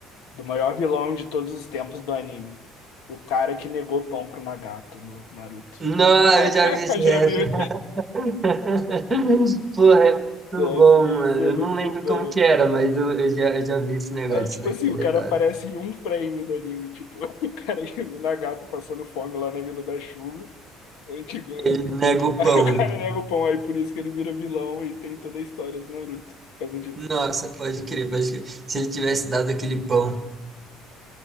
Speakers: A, on the left; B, on the right.
A: do maior vilão de todos os tempos do anime. O cara que negou pão pro Nagato no Naruto.
B: Não,
A: <laughs>
B: eu já vi esse
A: Já
B: rap.
A: viu?
B: <laughs> Porra, é muito
A: Nossa,
B: bom,
A: esse
B: mano.
A: é muito
B: Eu não lembro
A: bom.
B: como que era, mas eu, eu já, eu já vi esse negócio,
A: Aí, tipo
B: né?
A: assim,
B: Ele
A: o cara
B: é da
A: aparece
B: hora.
A: em um frame do anime. Tipo, <laughs> o cara, que- o Nagato passando fome lá na Vila da Chuva. Eu digo,
B: Ele
A: <laughs>
B: nega o
A: Aí
B: pão.
A: o cara nega o pão, aí por isso que ele vira vilão e tem toda a história do Naruto. Por causa disso.
B: Nossa, pode crer, pode crer. Se ele tivesse dado aquele pão,